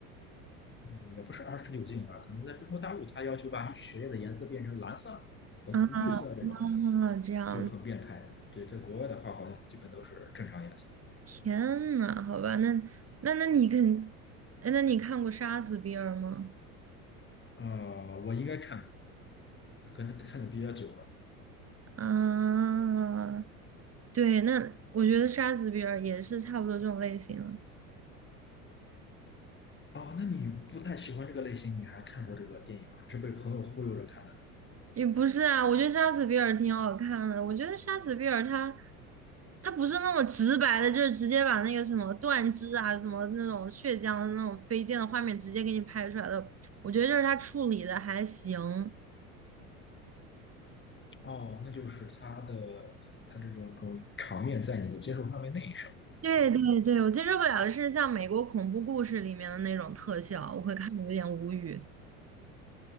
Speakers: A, on the left; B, on the right.
A: 也不是二十九禁吧，可能在中国大陆它要求把血液的颜色变成蓝色、红、
B: 啊
A: 绿色这种，
B: 啊，这样，
A: 就很变态。对，在国外的话好像基本都是正常颜色。
B: 天呐，好吧，那那那你肯，哎那你看过《杀死比尔》吗？
A: 呃，我应该看，可能看的比较久了，
B: 啊，对，那我觉得杀死比尔也是差不多这种类型了。
A: 哦，那你不太喜欢这个类型，你还看过这个电影吗？还是被朋友忽悠着看的？
B: 也不是啊，我觉得杀死比尔挺好看的。我觉得杀死比尔他他不是那么直白的，就是直接把那个什么断肢啊、什么那种血浆的那种飞溅的画面直接给你拍出来的。我觉得就是他处理的还行。
A: 哦，那就是他的他这种这种场面在你的接受范围内是吧？
B: 对对对，
A: 对。
B: 我接受不了的是像美国恐怖故事里面的那种特效，我会看的有点无语。